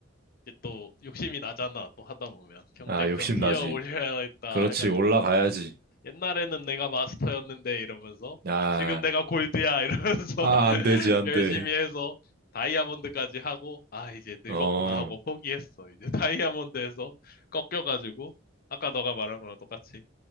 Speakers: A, on the left; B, on the right.
A: 이제 또 욕심이 나잖아. 또 하다 보면 경쟁전
B: 아, 욕심
A: 티어
B: 나지.
A: 올려야겠다
B: 그렇지.
A: 해가지고
B: 올라가야지.
A: 옛날에는 내가 마스터였는데 이러면서
B: 아,
A: 지금 내가 골드야 이러면서
B: 아,
A: <laughs>
B: 안 되지, 안
A: 열심히
B: 돼.
A: 해서 다이아몬드까지 하고 아 이제 늙었구나
B: 어,
A: 하고 포기했어. 이제 <laughs> 다이아몬드에서 꺾여가지고 아까 너가 말한 거랑 똑같이